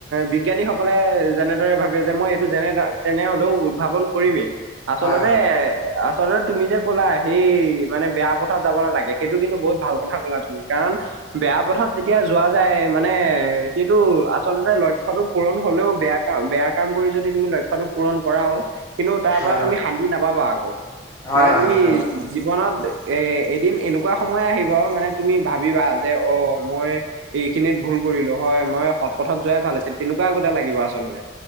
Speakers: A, on the right; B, on the left.
A: বিজ্ঞানীসকলে যেনেদৰে ভাবে যে মই এইটো যেনে তেনেহ'লেও উদ্ভাৱন কৰিমেই আচলতে
B: হয় হয়।
A: আচলতে তুমি যে ক'লা সেই মানে বেয়া পথত যাব নালাগে সেইটো কিন্তু বহুত ভাল কথা ক'লা তুমি কাৰণ বেয়া পথত যেতিয়া যোৱা যায় মানে সেইটো আচলতে লক্ষ্যটো পূৰণ হ'লেও বেয়া কাম, বেয়া কাম কৰি যদি তুমি লক্ষ্যটো পূৰণ কৰাও কিন্তু, তাৰ
B: হয়
A: পৰা তুমি
B: হয়
A: শান্তি নাপাবা আকৌ,
B: হয়
A: মানে
B: হয়
A: তুমি
B: সেইটো হয়
A: জীৱনত এ, এদিন এনেকুৱা সময় আহিব মানে তুমি ভাবিবা যে, অ মই এইখিনিত ভুল কৰিলো হয়, মই সৎ পথত যোৱাই ভাল আছিল, তেনেকুৱা আগতে লাগিব আচলতে।